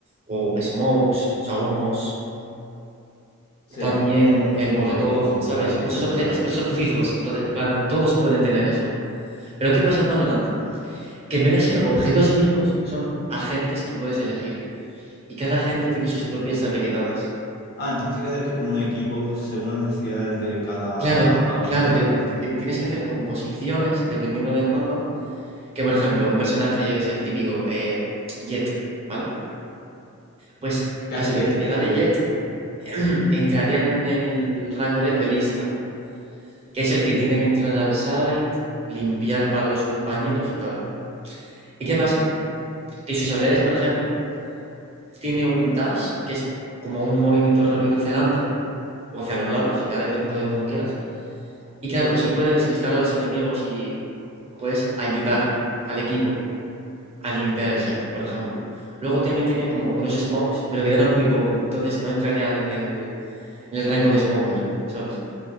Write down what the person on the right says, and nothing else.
o smokes, o sea, humos,
también
el
molotov,
¿sabes?
Muchos
objetos, pero son fijos.
Entonces, en plan, todos pueden tener eso. Pero ¿qué pasa en Valorant? Que en vez de ser objetos fijos, son agentes que puedes elegir. y cada gente tiene sus propias habilidades.
Claro,
claro,
te, te- te tienes que hacer composiciones dependiendo del mapa, que por ejemplo, un personaje, yo que sé, el típico eh, Jet, ¿vale? Pues
la
especialidad
de
Jet <clears throat> entraría en el rango de duelista, que es el que tiene que entrar al site, limpiar para los compañeros y tal. ¿Y qué pasa? Que sus habilidades, por ejemplo, tiene un dash, que es como un movimiento rápido hacia adelante, o hacia los lados, ya dependiendo de cómo quieras. Y claro, eso puede despistar a los enemigos y puedes ayudar al equipo a limpiar el site, por ejemplo. Luego también tiene como unos smokes, pero quedaron muy poco, entonces no entraría en el, en el rango de smoker, ¿sabes?